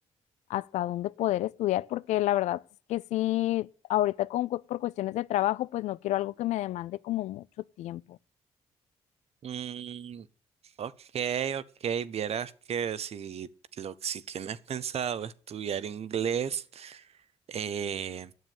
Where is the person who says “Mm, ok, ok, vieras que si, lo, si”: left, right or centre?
Right